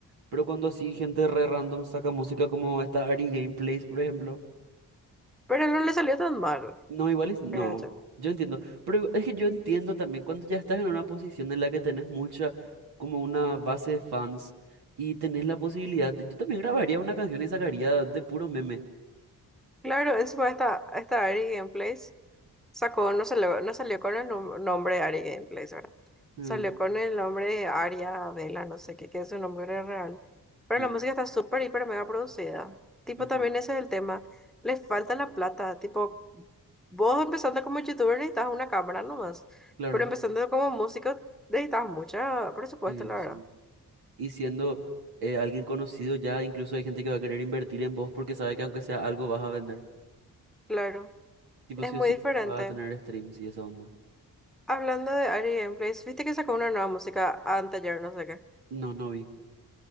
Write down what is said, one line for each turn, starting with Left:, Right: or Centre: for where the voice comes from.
Right: Pero cuando así gente re random saca música como esta Ari Gameplays, por ejemplo.
Centre: Pero no le salió tan mal,
Right: No, igual es, no,
Centre: creo yo.
Right: yo entiendo. Pero es que yo entiendo también cuando ya estás en una posición en la que tenés mucha, como una base de fans y tenés la posibilidad, de- yo también grabaría una canción y sacaría de puro meme.
Centre: Claro, encima esta, esta Ari Gameplays sacó, no salió, no salió con el nom- nombre Ari Gameplays, ¿verdad?
Right: Mm,
Centre: Salió con el nombre Aria Vela, no sé qué, que es su nombre real. Pero
Right: mm,
Centre: la música está súper, hiper, mega producida. Tipo,
Right: ujú.
Centre: también ese es el tema. Le falta la plata. Tipo, vos empezando como youtuber necesitas una cámara nomás.
Right: Claro,
Centre: Pero empezando como músico necesitas mucha presupuesto,
Right: eh,
Centre: la verdad.
Right: sí. Y siendo eh, alguien conocido, ya incluso hay gente que va a querer invertir en vos porque sabe que aunque sea algo vas a vender.
Centre: Claro,
Right: Tipo,
Centre: es
Right: sí
Centre: muy
Right: o sí,
Centre: diferente.
Right: va a tener streams y esa onda.
Centre: Hablando de Ari Gameplays, viste que sacó una nueva música anteayer, no sé qué.
Right: No, no vi.